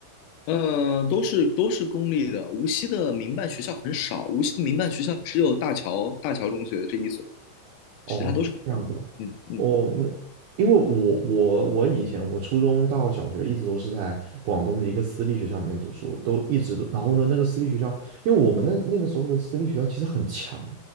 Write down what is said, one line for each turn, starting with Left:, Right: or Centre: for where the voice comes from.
Left: 嗯，呃都是都是公立的，无锡的民办学校很少，无锡的民办学校只有大桥大桥中学这一所。
Right: 哦，
Left: 其他都是国外的。
Right: 这样子的，
Left: 嗯嗯
Right: 哦，那因为我我我以前我初中到小学一直都是在广东的一个私立学校里面读书，都一直都，然后呢，那个私立学校，因为我们那那个时候的私立学校其实很强，